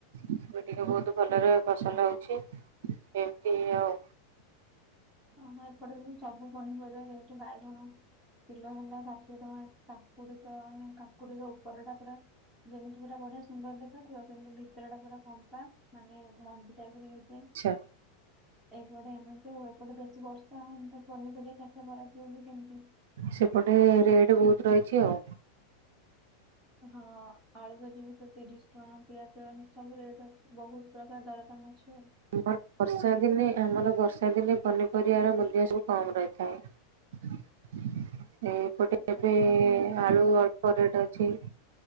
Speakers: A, on the right; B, in the centre.
A: ଏବେ ଟିକେ ବହୁତ ଭଲରେ ଫସଲ ହଉଛି ଏମିତି ଆଉ
B: ଓ ହୋ ଏପଟେ ସବୁ ପନିପରିବାରେ ଏଠି ବାଇଗଣ କିଲୋ ହେଲା ଷାଠିଏ ଟଙ୍କା କାକୁଡି ତ ମାନେ କାକୁଡିର ଉପର ଟା ପୁରା ଯେମିତି ପୁରା ବଢିଆ ସୁନ୍ଦର ଦେଖା ଦେଖା ଯିବ କିନ୍ତୁ ଭିତର ଟା ପୁରା ଫମ୍ପା। ମାନେ ମଞ୍ଜି ଟା ବି ରହିଯାଏ
A: ଆଚ୍ଛା
B: ଏଇ କୁଆଡେ ଏମିତି ଆଉ। ଏପଟେ ବେଶି ବର୍ଷା ହଉନି ତ ପନିପରିବା ଚାଷ କରାଯିବ ବି କେମିତି।
A: ସେପଟେ ରେଟ ବହୁତ ରହିଛି ଆଉ।
B: ହଁ ଆଳୁକେଜି ବି ତ ତିରିଶ ଟଙ୍କା ପିଆଜ ଏମିତ ସବୁ ରେଟ ଅଛି ବହୁତ ପ୍ରକାର ଦରଦାମ ଅଛି। ଆଉ।
A: ଆମର ବର୍ଷା ଦିନେ ଆମର ବର୍ଷା ସେଦିନେ ପନିପରିବାର ମୂଲ୍ୟ ସବୁ କମ ରହିଥାଏ। ଏ ଏପଟେ
B: ନା
A: ଏବେ
B: ଏପଟେ ବହୁତ ଦରଦାମ।
A: ଆଳୁ ଅଳ୍ପ ରେଟ ଅଛି।